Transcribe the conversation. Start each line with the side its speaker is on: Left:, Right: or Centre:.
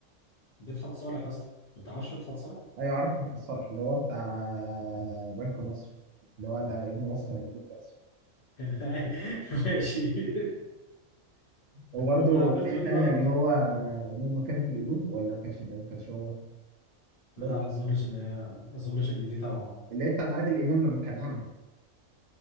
Left: مدحت صالح اصلا ما تعرفش مدحت صالح
Right: ايوه عارف مين الصرح اللي هو بتاع بنك مصر اللي هو انا ابن مصر أنا ابن مصر
Left: <laughs> ماشي
Right: وبرده
Left: ولا عمال
Right: في
Left: تقول
Right: إيه
Left: لي
Right: تانية
Left: بقى
Right: اللي هو اللي هم كانوا في القلوب ولا ما كانش ده ما كانش هو بس
Left: لا ما اظنش ان هي ما اظنش ان دي تبعه
Right: اللي هي بتاعت عادل امام لما كان اعمى